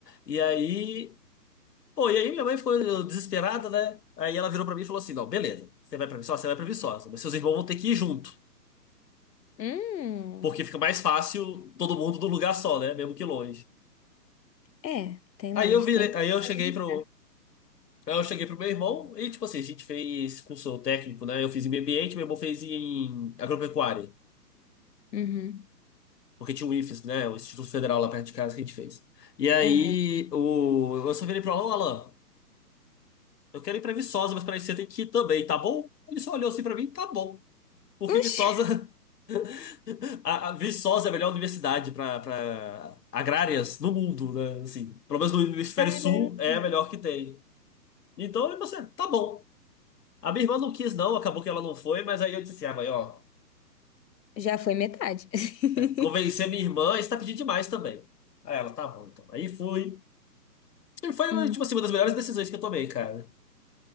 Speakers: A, on the left; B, on the left.
A: E aí, pô, e aí minha mãe ficou desesperada, né? Aí ela virou pra mim e falou assim: não, beleza, você vai pra Viçosa, você vai pra Viçosa, mas seus irmãos vão ter que ir junto,
B: Hum.
A: porque fica mais fácil todo mundo num lugar só, né? Mesmo que longe.
B: É, tem
A: Aí
B: lógica.
A: eu virei,
B: Ainda
A: aí
B: mais
A: eu cheguei
B: transitar.
A: para Aí Eu cheguei pro meu irmão e, tipo assim, a gente fez curso técnico, né? Eu fiz em meio ambiente, meu irmão fez em agropecuária,
B: Uhum.
A: porque tinha o IFES, né? O Instituto Federal lá perto de casa que a gente fez. E aí
B: Aham.
A: o... eu só virei pro Alan, Alan, eu quero ir pra Viçosa, mas pra isso você tem que ir também, tá bom? Ele só olhou assim pra mim, tá bom. Porque
B: Oxi!
A: Viçosa, <laughs> a, a Viçosa é a melhor universidade pra, pra agrárias no mundo, né? Assim, pelo menos no hemisfério
B: Caramba!
A: sul é a melhor que tem. Então, e você, tá bom. A minha irmã não quis, não, acabou que ela não foi, mas aí eu disse assim, ah, mãe, ó.
B: Já foi metade. <laughs>
A: Convencer minha irmã, isso tá pedindo demais também. Aí ela, tá bom, então. Aí fui. E foi,
B: Hum.
A: tipo assim, uma das melhores decisões que eu tomei, cara.